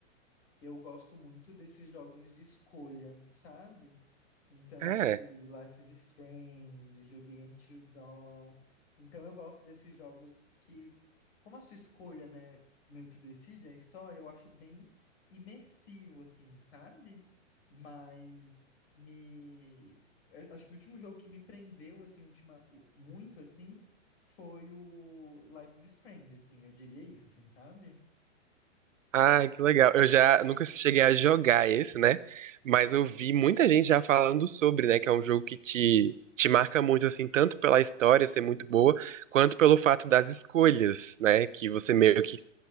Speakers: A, on the left; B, on the right.
A: Eu gosto muito desses jogos de escolha, sabe? Então, eu
B: É.
A: já joguei Life is Strange, joguei Until Dawn. Então, eu gosto desses jogos que, como a sua escolha, né, meio que decide a história, eu acho bem imersivo, assim, sabe? Mas me... eu Acho que o último jogo que me prendeu, assim, ultima... muito, assim, foi o Life is Strange, assim, eu diria isso, assim, sabe?
B: Ai, que legal. Eu já nunca cheguei a jogar esse, né? Mas eu vi muita gente já falando sobre, né? Que é um jogo que te, te marca muito, assim, tanto pela história ser muito boa, quanto pelo fato das escolhas, né? Que você meio que